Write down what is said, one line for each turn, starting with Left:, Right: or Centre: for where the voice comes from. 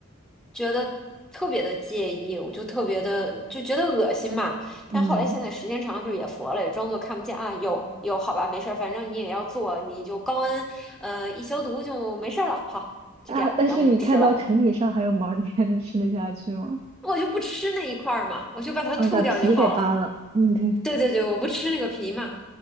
Centre: 觉得特别的介意，我就特别的就觉得恶心嘛。
Right: 嗯
Centre: 但后来现在时间长了，就也佛了，也装作看不见啊。有有，好吧，没事儿，反正你也要做，你就高温呃一消毒就没事儿了。好，就这样，
Right: 啊，但是你看到成品上还有毛儿你还能吃得下去吗？
Centre: 然后就吃了。我就不吃那一块儿嘛，我就把它吐掉就好了。
Right: 啊，你把皮给扒了，嗯，对。
Centre: 对对对，我不吃那个皮嘛。